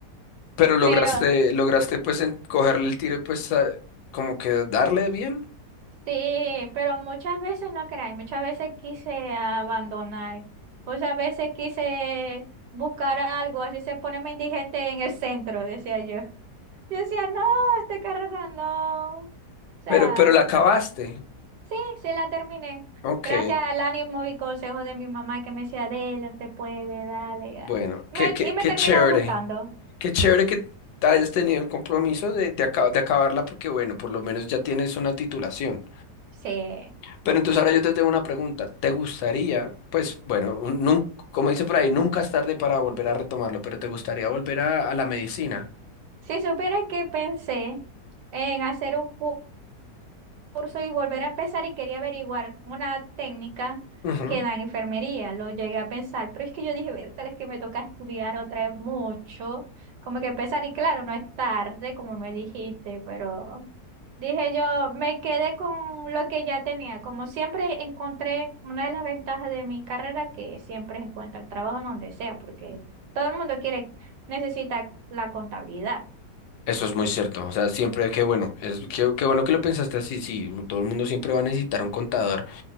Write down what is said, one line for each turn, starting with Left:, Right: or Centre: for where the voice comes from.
Left: Pero lograste,
Right: Pero
Left: lograste pues en- cogerle el tiro y pues a- como que darle bien.
Right: sí, pero muchas veces no creáis, muchas veces quise abandonar. Muchas veces quise buscar algo, así se ponerme indigente en el centro, decía yo. Yo decía, no, esta carrera no. O sea,
Left: Pero, pero la acabaste.
Right: sí, sí la terminé.
Left: Ok.
Right: Gracias al ánimo y consejo de mi mamá que me decía, dele, te puede, dale.
Left: Bueno,
Right: ah". Me-
Left: qué, qué,
Right: y me
Left: qué
Right: terminó
Left: chévere.
Right: gustando.
Left: Qué chévere que hayas tenido el compromiso de, de, aca- de acabarla porque, bueno, por lo menos ya tienes una titulación.
Right: Sí.
Left: Pero entonces ahora yo te tengo una pregunta. ¿Te gustaría, pues, bueno, un- nun- como dice por ahí, nunca es tarde para volver a retomarlo, pero ¿te gustaría volver a, a la medicina?
Right: Si supieras que pensé en hacer un cu- curso y volver a empezar y quería averiguar una técnica
Left: Ujú.
Right: que da en enfermería, lo llegué a pensar, pero es que yo dije, tal es que me toca estudiar otra vez mucho, como que empezar y claro, no es tarde, como me dijiste, pero dije yo, me quedé con lo que ya tenía, como siempre encontré una de las ventajas de mi carrera que siempre encuentra el trabajo en donde sea, porque todo el mundo quiere, necesita la contabilidad.
Left: Eso es muy cierto. O sea, siempre que bueno, es que, bueno que lo pensaste así, sí, todo el mundo siempre va a necesitar un contador.